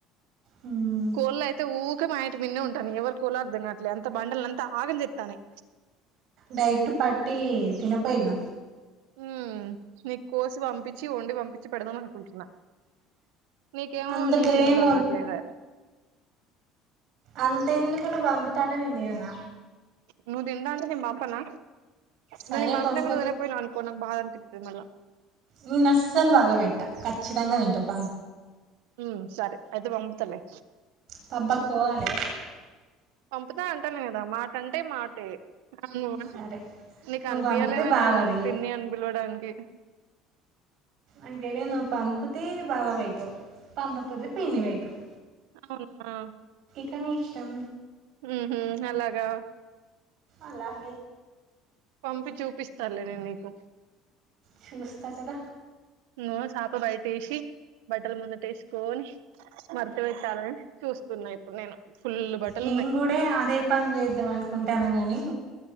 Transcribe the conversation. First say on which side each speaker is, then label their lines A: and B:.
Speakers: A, on the right (about 60°); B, on the right (about 90°).
A: హ్మ్
B: కొల్లైతే ఊ క మా ఇంటి మిన్నే ఉంటానయి ఎవరికొల్లో అర్థంకట్లే అంత బండలంత ఆగం చేతనై
A: డైట్ పట్టి తినపోయిన్న
B: ఉ నీకు కోసి పంపించి వండి పంపించి పెడదాం అనుకుంటున్న నీకేమో
A: అంత
B: నిస్
A: ప్రేమ
B: తినడు అలవట్లేదే
A: అంతెందుకు నువ్వు పంపుతా అంటే నేను తినన
B: నువ్వు తింటా అంటే నేను పంపిన
A: సరే
B: నువు నేను పంపిణాంక
A: పంపు
B: నువు తినకపోయినా అనుకో నా బా విమల
A: నూనె అస్సలు బాగ పెట్టా ఖచ్చితంగా తినటం
B: ఉ సరే అయితే బంపుతలే
A: పంపకపోవాలే
B: పంపుతా అంటాన కదా మాట అంటే మాటే అవున
A: సరే
B: నీకు
A: నువ్వు
B: అనిపియలేమన్నా
A: పంపితే బావవి
B: నన్ను పిన్ని అనిపిలవడానికి
A: అ గేలే నువ్వు పంపితే బావ అవుతావు పంపపోతే పిన్ని అయితవ్
B: అవునా
A: కని ఇష్టం
B: హమ్ అలాగా
A: అలాగ
B: పంపు చూపిస్ సర్లే నీకు
A: చూస్త కద
B: ను్ చేప బయట వేసి బట్టల ముందతసుకొని మడత పెట్టాలని చూస్తున్నా ఇప్పుడు నేను ఫుల్ బట్టలు
A: నేను కూడే అదే పని చేద్దాం అనుకుంటాన గాని